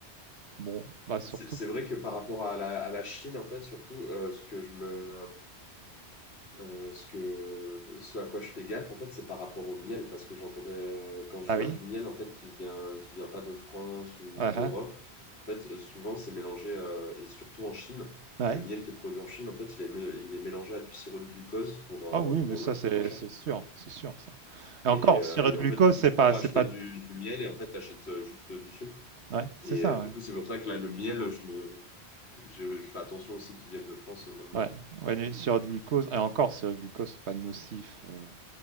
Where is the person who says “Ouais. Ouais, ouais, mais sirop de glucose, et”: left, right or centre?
Right